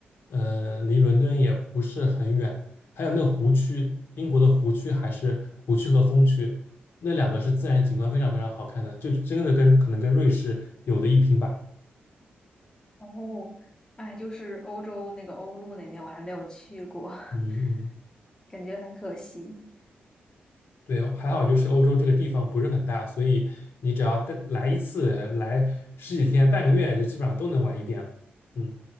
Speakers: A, on the left; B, on the left.
A: 呃，离伦敦也不是很远。还有那个湖区，英国的湖区还是湖区和风区，那两个是自然景观非常非常好看的，就真的跟可能跟瑞士有的一拼吧。
B: 哦，哎，就是欧洲那个欧陆那边，我还没有去过，
A: 嗯嗯，
B: <laughs> 感觉很可惜。
A: 对，还好就是欧洲这个地方不是很大，所以你只要带来一次，来十几天、半个月，就基本上都能玩一遍了。嗯，